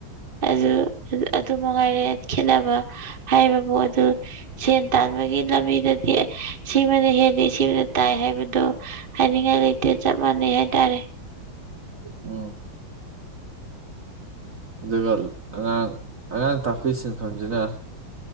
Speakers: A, on the right; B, on the right.
A: ꯑꯗꯨ ꯑꯗꯨ ꯃꯡꯉꯥꯏꯔꯦ ꯈꯦꯠꯅꯕ ꯍꯥꯏꯕ ꯄꯣꯠ ꯑꯗꯨ ꯁꯦꯟ ꯇꯥꯟꯕꯒꯤ ꯂꯝꯕꯤꯗꯗꯤ ꯁꯤꯃꯅ ꯍꯦꯜꯂꯤ ꯁꯤꯃꯅ ꯇꯥꯏ ꯍꯥꯏꯕꯗꯣ ꯍꯥꯏꯅꯤꯡꯉꯥꯏ ꯂꯩꯇꯦ ꯆꯞ ꯃꯥꯟꯅꯩ ꯍꯥꯏꯇꯥꯔꯦ
B: ꯎꯝ ꯑꯗꯨꯒ ꯑꯉꯥꯡ ꯑꯉꯥꯡ ꯇꯥꯛꯄꯤ ꯁꯤꯟꯐꯝꯁꯤꯅ